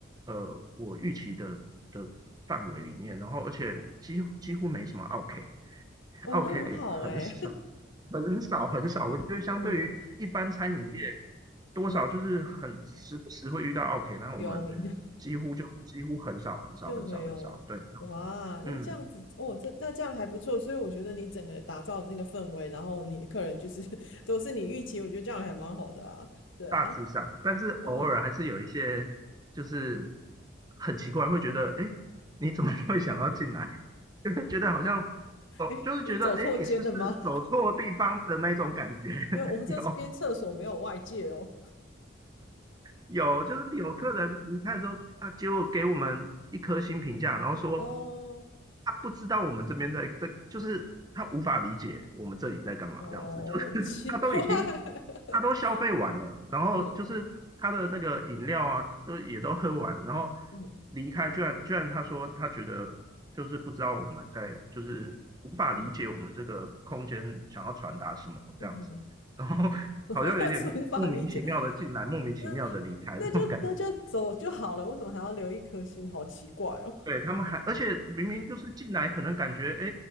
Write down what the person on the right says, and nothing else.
呃我预期的的范围里面，然后而且几乎几乎没什么 OK。
OK，
很少，很少，很少。我觉得相对于一般餐饮业，
多少就是很时不时会遇到
OK，那我们
几乎就几乎很少，很少，
很少，很少。对，嗯，
大致上，但是偶尔还是有一些，
就是很奇怪，会觉得，哎，你怎么会想要进来？<laughs> 就会觉得好像哦，
就是觉得，
哎，你是不是走错地方的那种感觉？
<laughs> 有，有，就是有客人离开的时候，他结果给我们一颗星评价，然后说
他不知道我们这边在在，就是他无法理解我们这里在干嘛，
这样子，就是
<laughs> 他都已经
他都消费完了，然后就是他的那个饮料啊，
都也都喝完，然后
离开，居然居然他说他觉得就是不知道我们在，就是无法理解我们这个空间想要传达什么这样子，
<laughs> 然后好像有点莫名其妙的进来，
莫名其妙的离开这种感觉。
对，他们还，而且明明就是进来，可能感觉哎，